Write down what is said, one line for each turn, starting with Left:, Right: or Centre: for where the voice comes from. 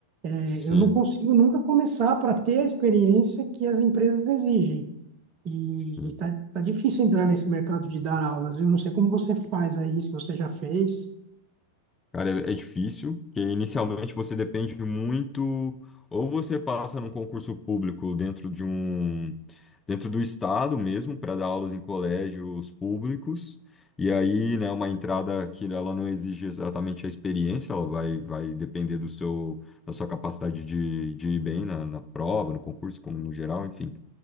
Right: eh,
Left: Sim.
Right: eu não consigo nunca começar para ter a experiência que as empresas exigem. E,
Left: Sim.
Right: e tá, tá difícil entrar nesse mercado de dar aulas. Eu não sei como você faz aí, se você já fez.
Left: Cara, é é difícil, que inicialmente você depende muito, ou você passa num concurso público dentro de um, dentro do estado mesmo, para dar aulas em colégios públicos, e aí, né, uma entrada que ela não exige exatamente a experiência, ela vai, vai depender do seu, da sua capacidade de, de ir bem na, na prova, no concurso, como no geral, enfim.